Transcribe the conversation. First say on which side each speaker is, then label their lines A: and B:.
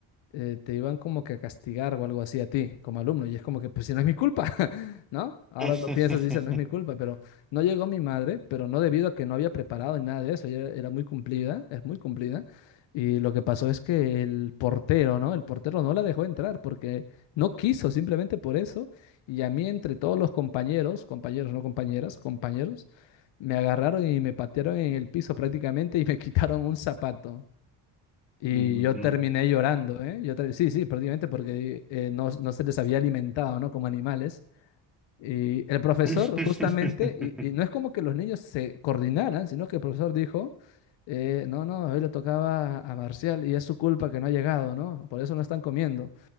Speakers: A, on the left; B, in the centre.
A: eh, te iban como que a castigar o algo así a ti como alumno. Y es como que, pues si no es mi culpa, <laughs> ¿no? Ahora
B: <laughs>
A: lo piensas y dices, no es mi culpa, pero no llegó mi madre, pero no debido a que no había preparado ni nada de eso. Ella era, era muy cumplida, es muy cumplida. Y lo que pasó es que el portero, ¿no? El portero no la dejó entrar porque no quiso, simplemente por eso. Y a mí, entre todos los compañeros, compañeros, no compañeras, compañeros, me agarraron y me patearon en el piso prácticamente y me <laughs> quitaron un zapato. Y
B: Mm.
A: yo terminé llorando, ¿eh? Yo ter- sí, sí, prácticamente porque eh, no, no se les había alimentado, ¿no? Como animales. Y el profesor
B: <laughs>
A: justamente, y, y no es como que los niños se coordinaran, sino que el profesor dijo, eh, no, no, hoy le tocaba a Marcial y es su culpa que no ha llegado, ¿no? Por eso no están comiendo.